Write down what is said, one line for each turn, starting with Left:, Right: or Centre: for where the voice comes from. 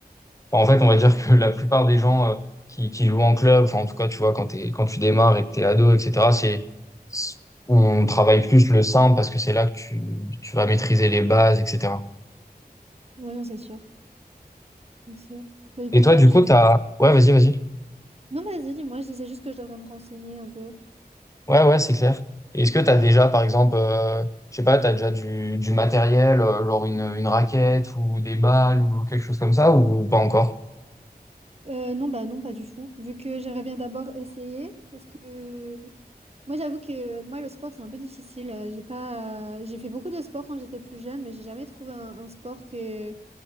Left: enfin, en fait, on va dire que la plupart des gens euh, qui, qui jouent en club, enfin, en tout cas, tu vois, quand t'es, quand tu démarres et que t'es ado, etc., c'est, on travaille plus le simple parce que c'est là que tu, tu vas maîtriser les bases, etc.
Right: Ouais, non, c'est sûr. C'est sûr. Bah écoute,
Left: Et toi,
Right: alors
Left: du
Right: je
Left: coup,
Right: devrais...
Left: t'as, ouais, vas-y, vas-y.
Right: Non, vas-y, dis-moi, je disais juste que je devrais me renseigner un peu.
Left: Ouais, ouais, c'est clair. Et Est-ce que tu as déjà, par exemple, euh, je sais pas, tu as déjà du, du matériel, euh, genre une, une raquette ou des balles ou quelque chose comme ça, ou pas encore?
Right: Euh, non, bah non, pas du tout. Vu que j'aimerais bien d'abord essayer, parce que moi j'avoue que moi le sport c'est un peu difficile. Euh, J'ai pas, euh, j'ai fait beaucoup de sport quand j'étais plus jeune, mais j'ai jamais trouvé un, un sport que